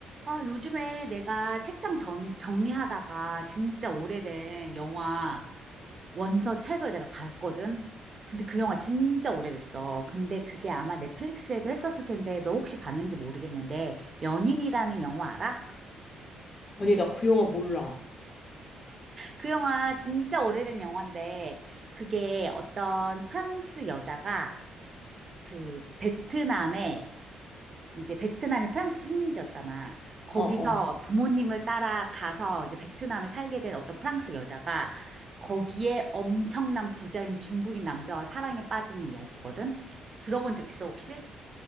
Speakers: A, on the right (about 40°); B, on the left (about 35°).
A: 아, 요즘에 내가 책장 정, 정리하다가 진짜 오래된 영화 원서 책을 내가 봤거든? 근데 그 영화 진짜 오래됐어. 근데 그게 아마 넷플릭스에도 했었을 텐데 너 혹시 봤는지 모르겠는데 연인이라는 영화 알아?
B: 아니, 나 그 영화 몰라.
A: 그 영화 진짜 오래된 영화인데 그게 어떤 프랑스 여자가 그 베트남에 이제 베트남이 프랑스 식민지였잖아. 거기서
B: 어, 어.
A: 부모님을 따라가서 이제 베트남에 살게 된 어떤 프랑스 여자가 거기에 엄청난 부자인 중국인 남자와 사랑에 빠지는 이야기거든. 들어본 적 있어, 혹시?